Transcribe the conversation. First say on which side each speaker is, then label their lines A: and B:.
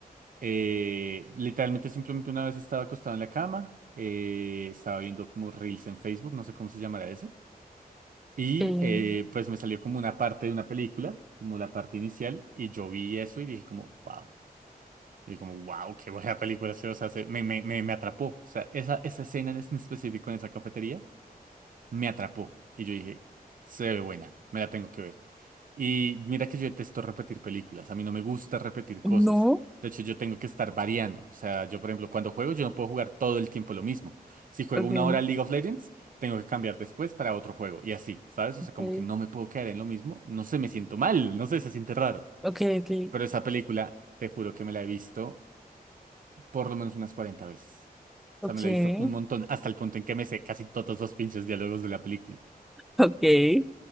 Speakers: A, on the right; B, in the centre.
A: Eh, literalmente simplemente una vez estaba acostado en la cama, eh, estaba viendo como Reels en Facebook, no sé cómo se llamará eso, y
B: eh,
A: eh, pues me salió como una parte de una película, como la parte inicial, y yo vi eso y dije como, wow, y como, wow, qué buena película, se- o sea, se- me, me, me, me atrapó, o sea, esa, esa escena en específico en esa cafetería me atrapó. Y yo dije, se ve buena, me la tengo que ver. Y mira que yo detesto repetir películas, a mí no me gusta repetir cosas.
B: no.
A: De hecho, yo tengo que estar variando. O sea, yo, por ejemplo, cuando juego, yo no puedo jugar todo el tiempo lo mismo. Si juego
B: Ok,
A: una hora League of Legends, tengo que cambiar después para otro juego. Y así, ¿sabes? O
B: ok,
A: sea, como que no me puedo quedar en lo mismo. No sé, me siento mal, no sé, se siente raro.
B: ok,
A: Pero esa película, te juro que me la he visto por lo menos unas 40 veces.
B: ok,
A: O sea,
B: ok.
A: me la he visto un montón, hasta el punto en que me sé casi todos los pinches diálogos de la película.
B: ok.